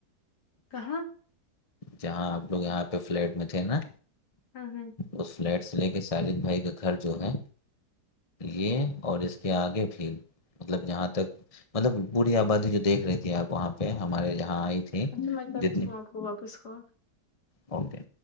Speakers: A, on the left; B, on the left.
A: کہاں
B: جہاں آپ لوگ یہاں پہ فلیٹ میں تھے نا
A: ہاں ہاں
B: اس فلیٹ سے لے کے شالد بھائی کا گھر جو ہے یہ اور اس کے آگے بھی مطلب جہاں تک مطلب بورری آبادی جو دیکھ رہی تھی آپ وہاں پہ ہمارے جہاں آئی تھی
A: اسا میں کرتی
B: جتنی
A: ہوں آپ کو واپس کو
B: اوکے